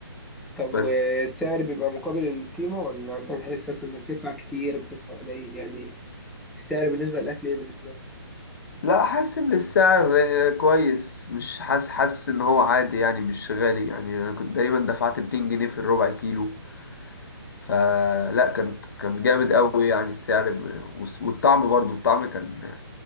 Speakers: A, in the centre; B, on the left.
A: طب
B: بس
A: والسعر بيبقى مقابل القيمه ولا انت بتحس أصلاً انك بتدفع كتير بتدفع قليل يعني السعر بالنسبه للاكل ايه بالنسبه لك
B: لا حاسس ان السعر آه، كويس مش حاسس حاسس ان هو عادي يعني مش غالي يعني انا كنت دايما دفعت 200 جنيه في الربع كيلو فلا كان كان جامد قوي يعني السعر ب- والس- والطعم برضو الطعم كان